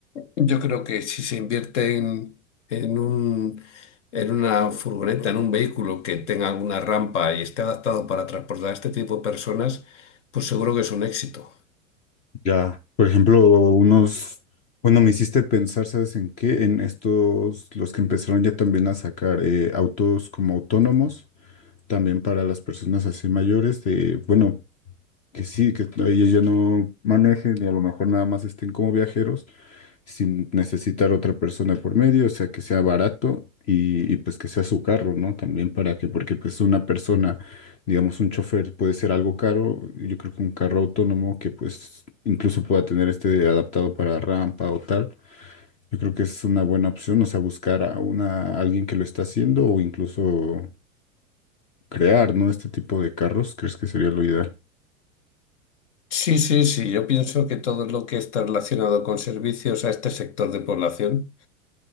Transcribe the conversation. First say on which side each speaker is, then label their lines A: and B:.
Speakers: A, on the left; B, on the left.
A: Yo creo que si se invierte en, en un, en una furgoneta, en un vehículo que tenga alguna rampa y esté adaptado para transportar a este tipo de personas, pues seguro que es un éxito.
B: Ya, por ejemplo, unos... Bueno, me hiciste pensar, ¿sabes en qué? En estos, los que empezaron ya también a sacar eh, autos como autónomos, también para las personas así mayores, de, bueno, que sí, que ellos ya no manejen y a lo mejor nada más estén como viajeros sin necesitar otra persona por medio, o sea, que sea barato y, y, pues que sea su carro, ¿no? También para que, porque pues una persona, digamos, un chofer puede ser algo caro, yo creo que un carro autónomo que pues incluso pueda tener este adaptado para rampa o tal. Yo creo que es una buena opción, o sea, buscar a una, a alguien que lo está haciendo o incluso crear, ¿no? Este tipo de carros, ¿crees que sería lo ideal?
A: Sí, sí, sí, yo pienso que todo lo que está relacionado con servicios a este sector de población,